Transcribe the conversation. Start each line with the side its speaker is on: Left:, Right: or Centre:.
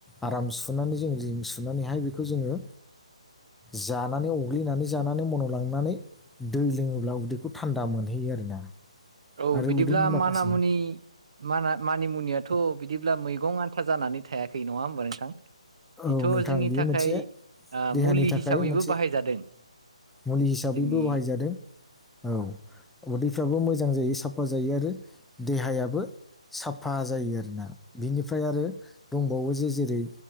Centre: आराम सुनानै जों जि सुनानैहाय बेखौ जोङो। जानानै अग्लिनानै जानानै मन' लांनानै। दै लोङोब्ला उदैखौ थान्दा मोनहैयो आरोना।
Right: औ
Centre: आरो
Right: बिदिब्ला
Centre: उदैनि माखासे
Right: माना मुनि माना मानिमुनियाथ' बिदिब्ला मैगं आ थोथा जानानै थायाखै नङा होमबा नोंथां <unintelligible>
Centre: औ
Right: बेथ'
Centre: नोंथां
Right: जोंनि
Centre: बेयो
Right: थाखाय
Centre: मोनसे।
Right: ओ
Centre: देहानि
Right: मुलि
Centre: थाखाय
Right: हिसाबैबो
Centre: मोनसे
Right: बाहायजादों
Centre: मुलि हिसाबैबो
Right: जोंनि
Centre: बाहायजादों। औ उदैफ्राबो मोजां जायो साफा जायो आरो देहायाबो।। साफफा जायो आरोना बिनिफ्राय आरो दंबावो जे जेरै।।